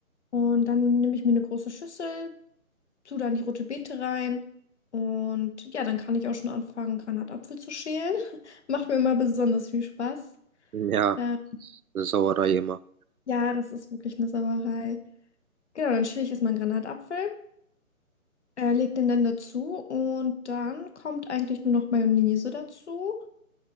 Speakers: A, on the left; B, on the right.
A: Und dann nehme ich mir eine große Schüssel, tue dann die rote Beete rein und ja, dann kann ich auch schon anfangen, Granatapfel zu schälen. <laughs> Macht mir immer besonders viel Spaß.
B: Ja,
A: Äh,
B: Sauerei immer.
A: ja, das ist wirklich eine Sauerei. Genau, dann schäle ich erstmal einen Granatapfel, äh, leg den dann dazu und dann kommt eigentlich nur noch Mayonnaise dazu